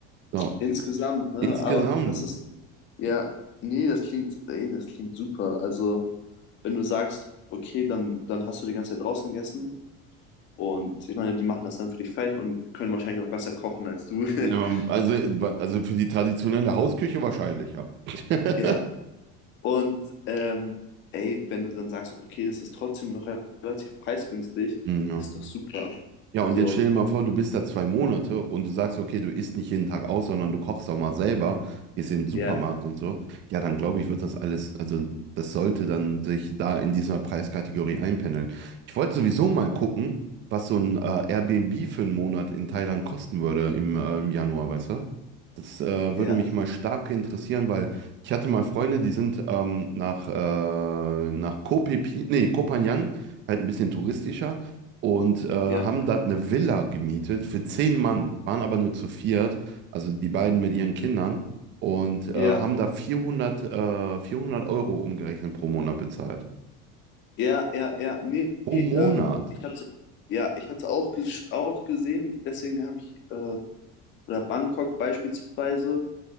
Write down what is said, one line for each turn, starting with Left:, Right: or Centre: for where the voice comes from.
Right: So,
Left: Insgesamt, ne?
Right: insgesamt.
Left: Aber das ist, ja, nee, das klingt, ey, das klingt super. Also, wenn du sagst, okay, dann, dann hast du die ganze Zeit draußen gegessen und ich meine, die machen das dann für dich fertig und können wahrscheinlich auch besser kochen als du.
Right: Ja,
Left: <laughs>
Right: also, also für die traditionelle Hausküche wahrscheinlich, ja. <laughs>
Left: Ja, Und ähm, ey, wenn du dann sagst, okay, das ist trotzdem noch relativ preisgünstig,
Right: Ja.
Left: ist doch super.
Right: Ja,
Left: Also,
Right: und jetzt stell dir mal vor, du bist da zwei Monate und du sagst, okay, du isst nicht jeden Tag aus, sondern du kochst auch mal selber, gehst in den Supermarkt
Left: ja,
Right: und so. Ja, dann glaube ich, wird das alles, also das sollte dann sich da in dieser Preiskategorie einpendeln. Ich wollte sowieso mal gucken, was so ein äh, Airbnb für einen Monat in Thailand kosten würde im, äh, im Januar, weißt du? Das äh, würde
Left: ja,
Right: mich mal stark interessieren, weil ich hatte mal Freunde, die sind ähm, nach, äh, nach Koh Phi Phi, nee, Koh Phangan, halt ein bisschen touristischer und äh, haben
Left: ja,
Right: dann eine Villa gemietet für zehn Mann, waren aber nur zu viert, also die beiden mit ihren Kindern und äh,
Left: ja,
Right: haben da 400 äh, 400 Euro umgerechnet pro Monat bezahlt.
Left: ja, ja, ja, nee,
Right: Pro
Left: nee,
Right: Monat?
Left: ähm, ich hatte, ja, ich hatte auch, ges- auch gesehen, deswegen habe ich, äh, oder Bangkok beispielsweise,